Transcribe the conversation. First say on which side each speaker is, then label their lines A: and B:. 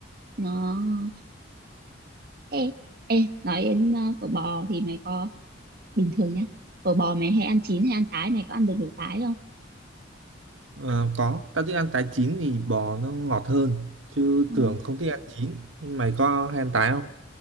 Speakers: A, on the right; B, on the right.
A: Nó ê, ê, nói đến ờ, phở bò thì mày có bình thường nhá. Phở bò mày hay ăn chín hay ăn tái, mày có ăn được đồ tái không?
B: Ờ, có, tao thích ăn tái chín thì bò nó ngọt hơn, chứ
A: Ờ.
B: thường không thích ăn chín. Nhưng Mày có hay ăn tái không?